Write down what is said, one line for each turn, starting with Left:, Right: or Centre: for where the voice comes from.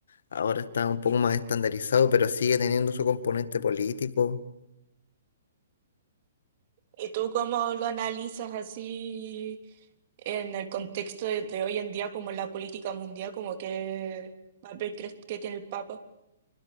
Left: Ahora está un poco más estandarizado, pero sigue teniendo su componente político.
Right: ¿Y tú cómo lo analizas así? en el contexto de, de hoy en día, como en la política mundial, como qué papel crees que tiene el Papa?